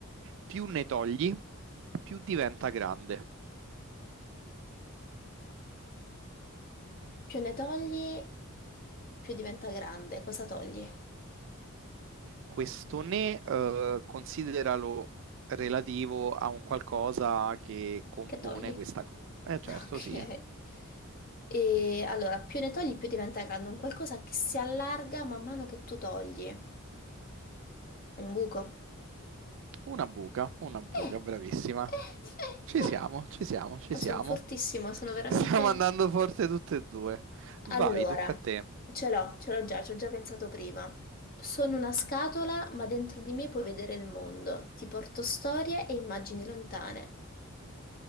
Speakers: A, on the right; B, on the left.
A: Più ne togli, più diventa grande.
B: più ne togli, più diventa grande. Cosa togli?
A: Questo ne eh, consideralo relativo a un qualcosa che compone
B: Che togli?
A: questa cosa. Eh
B: <laughs>
A: certo,
B: Ok.
A: sì.
B: E allora, più ne togli, più diventa grande. Un qualcosa che si allarga man mano che tu togli. Un buco.
A: Una buca, una buca,
B: Eh,
A: bravissima.
B: eh, eh, eh.
A: Ci siamo, ci siamo, ci
B: Oh,
A: siamo.
B: sono fortissima, sono veramente...
A: Stiamo andando forte tutte e due. Vai,
B: Allora,
A: tocca a te.
B: ce l'ho, ce l'ho già, ci ho già pensato prima. Sono una scatola, ma dentro di me puoi vedere il mondo. Ti porto storie e immagini lontane.